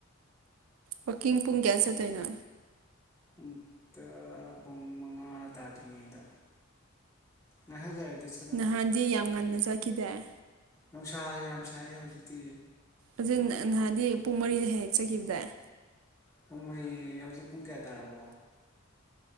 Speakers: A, on the right (about 90°); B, on the left (about 15°).
A: ꯋꯥꯀꯤꯡ ꯄꯨꯡ ꯀꯌꯥꯗ ꯆꯠꯇꯣꯏꯅꯣ
B: ꯑꯃꯨꯛꯇ ꯄꯨꯡ ꯃꯉꯥ ꯇꯥꯗ꯭ꯔꯤꯉꯩꯗ ꯉꯥꯏꯍꯥꯛ ꯂꯩꯔꯗꯤ ꯆꯠ
A: ꯅꯍꯥꯟꯗꯤ ꯌꯥꯝ ꯉꯟꯅ ꯆꯠꯈꯤꯗꯥꯏ
B: ꯅꯨꯡꯁꯥ ꯌꯥꯝ ꯁꯥꯏꯌꯦ ꯍꯧꯖꯤꯛꯇꯤ
A: ꯑꯗꯨ ꯅꯍꯥꯟꯗꯤ ꯄꯨꯡ ꯃꯔꯤꯗ ꯍꯦꯛ ꯍꯦꯛ ꯆꯈꯤꯕꯗꯥꯏ
B: ꯄꯨꯡ ꯃꯔꯤ ꯍꯧꯖꯤꯛ ꯄꯨꯡ ꯀꯌꯥ ꯇꯥꯔꯕꯣ